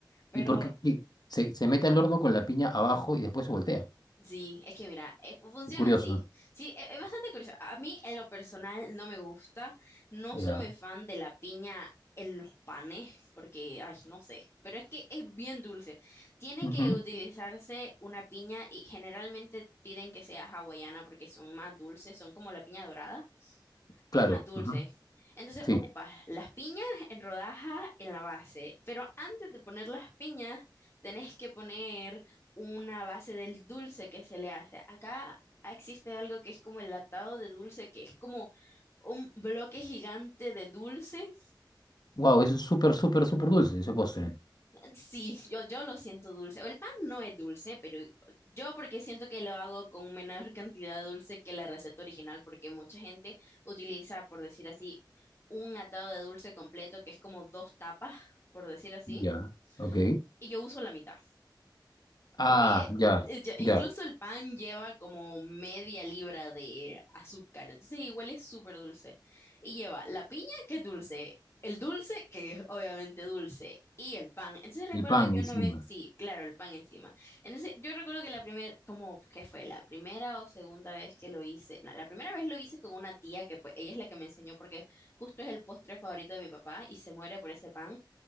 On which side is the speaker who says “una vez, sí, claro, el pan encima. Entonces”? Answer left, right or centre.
Left